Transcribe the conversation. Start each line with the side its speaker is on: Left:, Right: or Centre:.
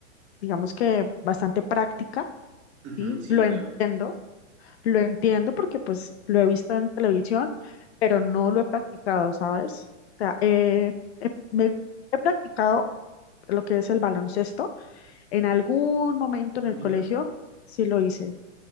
Left: digamos que bastante práctica,
Right: Ujú,
Left: ¿sí?
Right: sí,
Left: Lo entiendo,
Right: claro.
Left: lo entiendo porque pues lo he visto en televisión, pero no lo he practicado, ¿sabes? O sea, eh, he, me- he practicado lo que es el baloncesto. En algún momento en
Right: Ah,
Left: el
Right: mira,
Left: colegio sí lo hice.